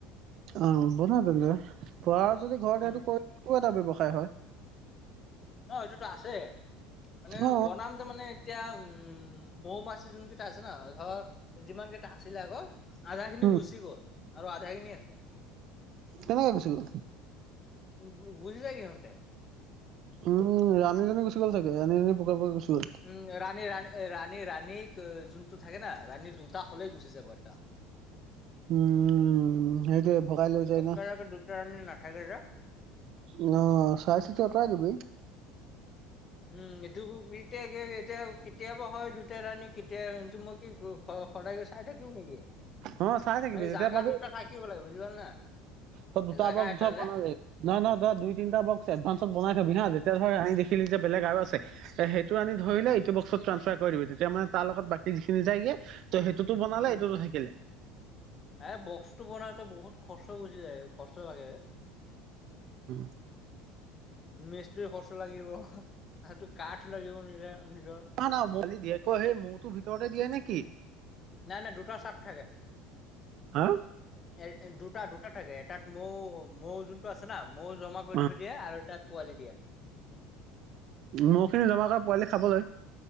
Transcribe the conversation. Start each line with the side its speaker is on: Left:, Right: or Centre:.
Right: অ বনা তেন্তে পাৰা যদি ঘৰত
Left: উম
Right: এইটো কৰিলোঁ এটা ব্যৱসায় হয়।
Left: অ' এইটোতো আছে, মানে
Right: অ
Left: বনাম তে মানে। এতিয়া উম মৌ-মাছি যোনকিটা আছে ন ধৰ যিমান কেইটা আছিলে আগৰ, আধা খিনি
Right: উম
Left: গুচি গ'ল আৰু আধা খিনি আছে।
Right: কেনেকে গুচি গ'ল।
Left: গো-গুচি যায় সিহঁতে।
Right: উম ৰাণীজনী গুচি গ'ল চাগে, ৰাণীজনী পুকে পুকুৰে গুচি গ'ল।
Left: উম ৰাণী ৰাণী ৰাণী ৰাণী যোনটো থাকে না, ৰাণী দুটা হ'লে গুচি যাব এটা।
Right: উম সেইটোৱে ভগাই লৈ যাই
Left: একেলগে
Right: ন।
Left: দুটা ৰাণী নাথাকে যে
Right: অ', চাই চিতি অতৰাই দিবি।
Left: উম এটোকো <unintelligible> এতিয়া <unintelligible> কেতিয়াবা হয় দুটা ৰাণী, কেতিয়া মই কি গো স-সদায় গৈ চাই থাকিম নেকি।
Right: অ চাই থাকিবি
Left: মানে
Right: যেতিয়া
Left: জাগা
Right: পাবি
Left: দুটা থাকিব লাগিব বুজি পলা না,
Right: তই দুটা
Left: জাগা
Right: বক্স
Left: এটা
Right: ধৰ
Left: যে।
Right: বনালি নহয় নহয় ধৰা তই দুই, তিনটা বক্স এডভান্সত বনাই থবি হা, যেতিয়া ধৰ আনি দেখিলি যে বেলেগ আৰু আছে এ সেইটো আনি ধৰিলে ইটো বক্সত ট্ৰান্সফাৰ কৰি দিবি তেতিয়া মানে তাৰ লগত বাকী যিখিনি যায়গে টো সেইটোতো বনালে,
Left: উম
Right: এইটোতো থাকিলে।
Left: এ বক্সটো বনাইতে বহুত খৰচা গুচি যায়ও খৰচা লাগে এ।
Right: উম।
Left: মিস্ত্ৰী খৰচা লাগিব, সেইটো কাঠ লাগিব নিজে নিজৰ।
Right: না না আজি <unintelligible> মূৰটো ভিতৰতে দিয়ে নেকি।
Left: না না দুটা চাত থাকে।
Right: হা
Left: এ দুটা দুটা থাকে এটাত মৌ, মৌ যোনটো আছে না মৌ জমা কৰি
Right: অ
Left: থৈ দিয়ে আৰু এটাত পোৱালি দিয়া।
Right: মৌখিনি জমা কৰে পোৱালি খাবলৈ।